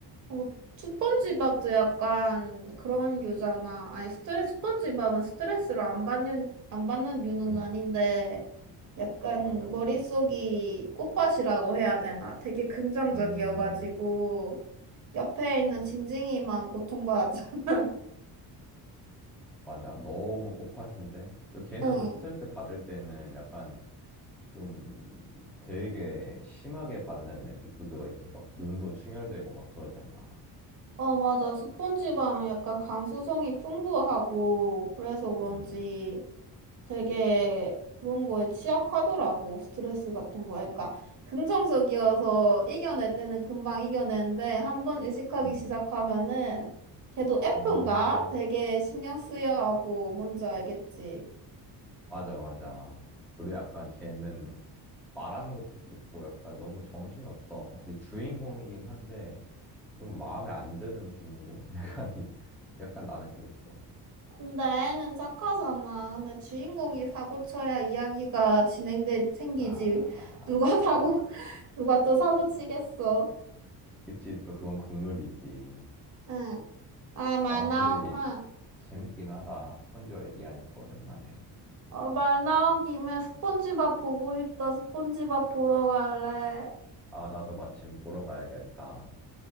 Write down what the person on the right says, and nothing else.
어, 스폰지밥도 약간 그런 유잖아. 아니, 스트레스, 스폰지밥은 스트레스를 안 받는, 안 받는 유는
아닌데, 약간
머릿속이 꽃밭이라고 해야 되나? 되게 긍정적이어가지고,
옆에
있는 징징이만 고통받았잖아.
<laughs>
응.
어, 맞아. 스폰지밥은 약간 감수성이 풍부하고, 그래서 그런지,
되게 그런 거에 취약하더라고. 스트레스 같은 거. 그러니까 긍정적이어서 이겨낼 때는 금방 이겨내는데 한 번 의식하기
시작하면은 걔도 F인가?
되게 신경 쓰여 하고 뭔지 알겠지.
근데 애는 착하잖아. 근데 주인공이 사고 쳐야 이야기가 진행돼 생기지.
누가 <laughs>
사고 누가 또 사고 치겠어.
응. 아, 말
나오.
응.
어, 말 나온 김에 스폰지밥 보고 싶다. 스폰지밥 보러 갈래.